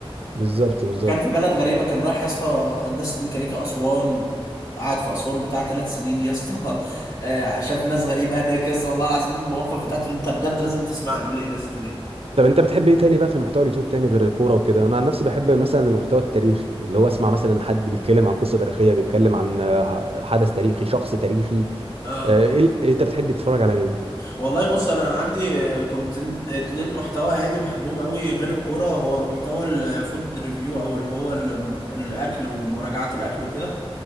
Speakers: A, on the right; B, on the left.
A: بالظبط بالظبط
B: وكان في بلد غريبة كان رايح يا اسطى هندسة ميكانيكا أسوان قعد في أسوان بتاع ثلاث سنين يا اسطى <laughs> آه، شاف ناس غريبة هناك يا اسطى والله العظيم المواقف بتاعته اللي انت بجد لازم تسمع البلاي ليست دي
A: طب انت بتحب ايه تاني بقى في المحتوى اليوتيوب تاني غير الكوره وكده انا عن نفسي بحب مثلا المحتوى التاريخي اللي هو اسمع مثلا حد بيتكلم عن قصه تاريخيه بيتكلم عن آه، حدث تاريخي شخص تاريخي
B: اه
A: آه، ايه ال- إيه، انت بتحب تتفرج على ايه
B: والله بص انا عندي آه، كنت ان- اتنين محتوى يعني بحبهم قوي غير الكوره هو محتوى الفود ريفيو او اللي هو ال- الاكل ومراجعات الاكل وكده